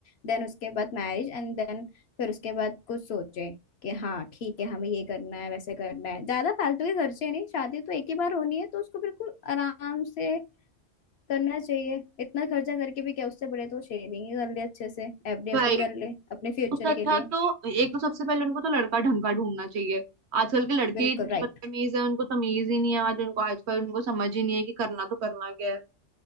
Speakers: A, on the left (about 65°); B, on the right (about 65°).
A: देन उसके बाद मैरिज एंड देन फिर उसके बाद कुछ सोचे कि हाँ ठीक है हमें ये करना है वैसे करना है ज्यादा फालतू के खर्चे नहीं शादी तो एक ही बार होनी है तो उसको बिल्कुल आराम से करना चाहिए इतना खर्चा करके भी क्या उससे बड़े तो शेविंग ही कर ले अच्छे से एफडी एफडी
B: भाई
A: कर ले अपने फ्यूचर
B: उससे अच्छा
A: के लिए
B: है तो एक तो सबसे पहले उनको तो लड़का ढंग का ढूंढना चाहिए आजकल के लड़के
A: बिल्कुल
B: ही इतने
A: राइट
B: बदतमीज है उनको तमीज ही नहीं है आज उनको आजकल उनको समझ ही नहीं है कि करना तो करना क्या है